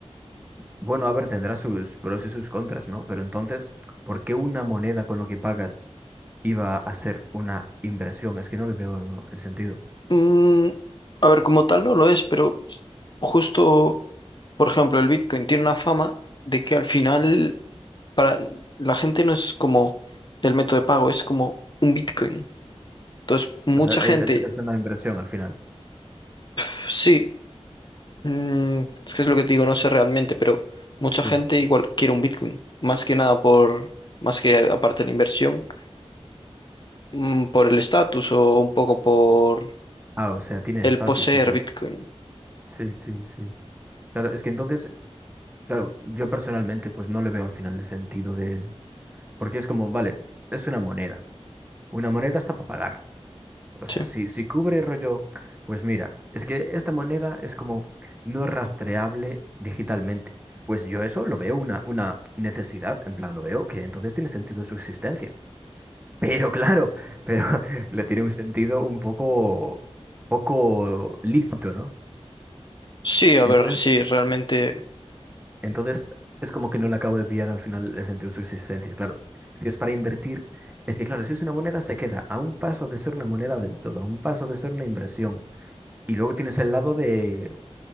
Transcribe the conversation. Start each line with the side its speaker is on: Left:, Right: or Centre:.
Right: bueno, a ver, tendrá sus pros y sus contras, ¿no? Pero entonces, ¿por qué una moneda con lo que pagas iba a ser una inversión? Es que no le veo el sentido.
Left: Mm, a ver, como tal no lo es, pero justo, por ejemplo, el Bitcoin tiene una fama de que al final para la gente no es como el método de pago, es como un Bitcoin. Entonces, mucha
Right: O sea,
Left: gente,
Right: es, es- es una inversión al final.
Left: pf, sí. Mm, es que es lo que te digo, no sé realmente, pero mucha
Right: Sí.
Left: gente igual quiere un Bitcoin, más que nada por, más que aparte de la inversión, mm, por el estatus o un poco por
Right: Ah, o sea, tiene
Left: el
Right: estatus.
Left: poseer
Right: el-
Left: Bitcoin.
Right: Sí, sí, sí. Claro, es que entonces, claro, yo personalmente, pues no le veo al final el sentido de... Porque es como, vale, es una moneda. Una moneda está para pagar. O sea,
Left: Sí.
Right: si, si cubre rollo, pues mira, es que esta moneda es como no es rastreable digitalmente. Pues yo eso lo veo una, una necesidad, en plan lo veo, que entonces tiene sentido su existencia. Pero claro, pero <laughs> le tiene un sentido un poco, poco lícito, ¿no?
Left: Sí, a
Right: Entonces,
Left: ver, sí, realmente.
Right: entonces es como que no le acabo de pillar al final el sentido de su existencia, claro. Si es para invertir, es que claro, si es una moneda se queda a un paso de ser una moneda del todo, a un paso de ser una inversión. Y luego tienes el lado de